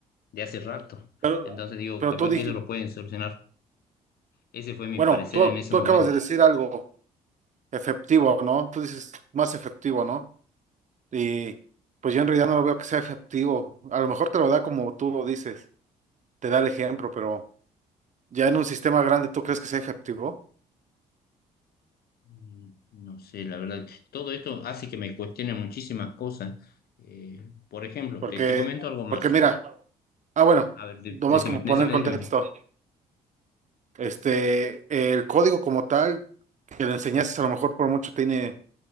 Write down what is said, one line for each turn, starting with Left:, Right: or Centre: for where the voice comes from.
Left: de hace rato.
Right: pero,
Left: Entonces digo,
Right: pero
Left: capaz
Right: tú dijiste,
Left: que ellos lo pueden solucionar. Ese fue mi
Right: bueno,
Left: parecer
Right: tú,
Left: en ese
Right: tú
Left: momento.
Right: acabas de decir algo efectivo, ¿no? Tú dices más efectivo, ¿no? Y pues yo en realidad no lo veo que sea efectivo. A lo mejor te lo da como tú lo dices, te da el ejemplo, pero ya en un sistema grande, ¿tú crees que sea efectivo?
Left: Mm, No sé, la verdad, todo esto hace que me cuestione muchísimas cosas. Eh, por ejemplo,
Right: Porque,
Left: te, te comento algo más.
Right: porque mira, ah, bueno,
Left: A ver, de-
Right: nomás
Left: decime,
Right: como poner
Left: decime,
Right: contexto.
Left: decime.
Right: Este, el código como tal que le enseñaste a lo mejor por mucho tiene